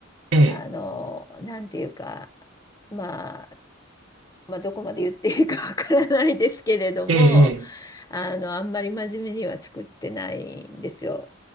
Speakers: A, on the right (about 75°); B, on the left (about 20°).
A: ええ、
B: あの、なんていうか、まあ、まあ、どこまで言っていいかわからないですけれども、
A: ええ、え
B: あの、あんまり真面目には作ってないんですよ。